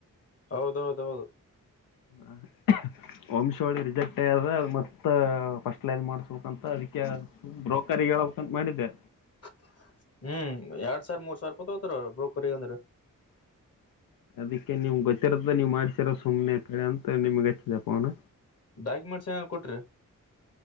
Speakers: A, on the left; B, on the left.
A: ಹೌದೌದೌದು
B: ಹ ವಂಶೋಳಿ ರಿಜೆಕ್ಟ್ ಆಯದ್ರ ಅ ಮತ್ತೆ ಮ ಫಸ್ಟ್ ಲೈನ್ ಮಾಡ್ಸ್ಬೇಕಂತ ಅದಕ್ಕೆ ಬ್ರೋಕರಿ ಹೇಳಬೇಕಂತ ಮಾಡಿದ್ದೆ
A: ಹ್ಮ್ ಸರ್ ಮೂರ್ ಸ್ವರ್ಪ ತೋತಾರ ಬ್ರೋಕರಿ ಅಂದ್ರ
B: ಅದಕ್ಕೆ ನಿಮ್ ಗೊತ್ತಿರದ ನೀವ್ ಮಾಡ್ಸಿರ ಸುಮ್ನೆ ಕಡೆ ಅಂತ ನಿಮ್ಗೆ ಹಚ್ಚಿದಪ್ಪ ಅವನ
A: ಡಾಕ್ಯುಮೆಂಟ್ಸ್ ಏನ ಕೊಟ್ರಿ